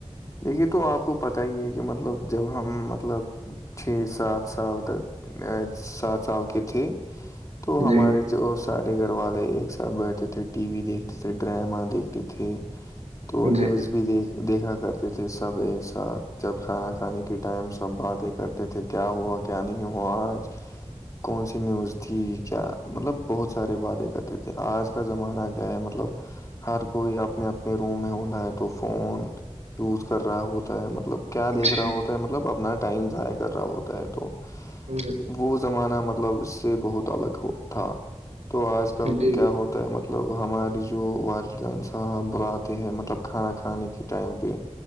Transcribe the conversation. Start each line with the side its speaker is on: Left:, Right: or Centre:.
Left: دیکھیے تو آپ کو پتا ہی ہے کہ مطلب جب ہم مطلب- چھ سات- سال تک سات سال کے تھے- تو
Right: جی
Left: ہمارے جو سارے گھر والے ایک ساتھ بیٹھتے تھے ٹی وی دیکھتے تھے ڈرامہ دیکھتے تھے تو
Right: جی
Left: نیوز بھی دیکھ دیکھا کرتے تھے سب ایک ساتھ جب کھانا کھانے کے ٹائم سب باتیں کرتے کہ تھے کیا ہوا کیا نہیں ہوا آج کون سی نیوز تھی کیا مطلب بہت سارے باتیں کرتے تھے آج کا زمانہ کیا ہے مطلب ہر کوئی اپنے اپنے روم میں ہوتا ہے تو فون یوز کر رہا ہوتا ہے مطلب کیا دیکھ
Right: جی
Left: رہا ہو مطلب اپنا ٹائم ضائع کر رہا ہوتا ہے تو
Right: ج جی
Left: وہ زمانہ مطلب اس سے بہت الگ ہو تھا تو آج کل
Right: جی
Left: کیا ہوتا مطلب ہماری جو والدین صاحب بلاتے ہیں مطلب کھانا کھانے کی ٹائم پہ